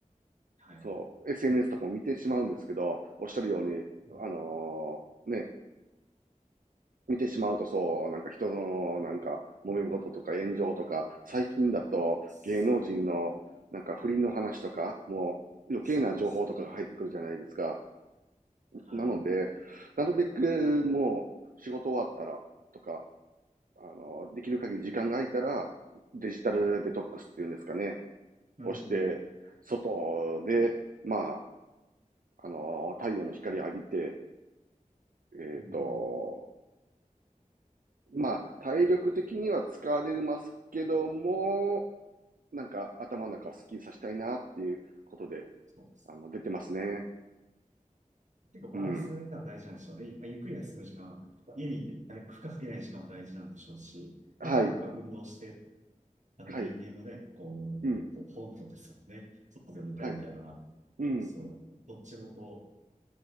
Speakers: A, on the right; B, on the right.
A: はい。
B: そう、SNS とかも見てしまうんですけど、おっしゃるように、
A: うん
B: あのーね、見てしまうとそう、なんか人の、なんか、揉め事とか炎上とか、最近だと芸能人の、
A: そう
B: なんか不倫の話とか、もう余計な情報とかが入ってくるじゃないですか。
A: そうですね。はい。
B: なので、なるべくもう仕事終わったらとか、あの、できる限り時間が空いたら、デジタルデトックスっていうんですかね、
A: うん。
B: をして、外で、まあ、あの、太陽の光を浴びて、えっと、
A: うん。
B: まあ、体力的には疲れますけども、なんか頭の中をスッキリさせたいなっていうことで、
A: そうですね。
B: あの、出てますね。
A: 結構バランスが取れたら大事なんでしょうね。
B: うん。
A: まあ、ゆっくり休む時間、家にいて負荷かけない時間も大事なんでしょうし、
B: はい。
A: まだやっぱ運動して、あの人間のね、
B: はい。
A: こう、
B: うん。
A: こう本能ですよね。外にいたいみたいなのは、
B: はい。うん。
A: そう、どっちもこ